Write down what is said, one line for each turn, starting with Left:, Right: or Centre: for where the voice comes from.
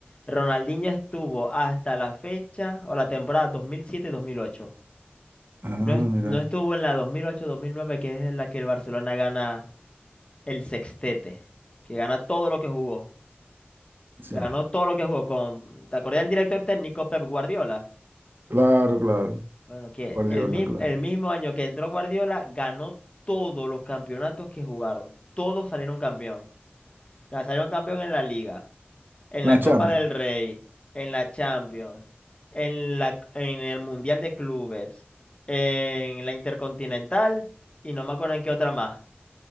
Left: Ronaldinho estuvo hasta la fecha o la temporada 2007-2008.
Right: Ah,
Left: No, es-
Right: mira.
Left: no estuvo en la 2008-2009, que es en la que el Barcelona gana el sextete, que gana todo lo que jugó.
Right: O sea,
Left: Ganó todo lo que jugó con, ¿te acordás del director técnico Pep Guardiola?
Right: claro, claro.
Left: Bueno, que
Right: Guardiola,
Left: el mismo,
Right: claro.
Left: el mismo año que entró Guardiola, ganó todos los campeonatos que jugaron. Todos salieron campeón. Ya Salieron campeón en la liga. en
Right: La
Left: la
Right: Champions.
Left: Copa del Rey, en la Champions, en la, en el Mundial de Clubes, en la Intercontinental y no me acuerdo en qué otra más.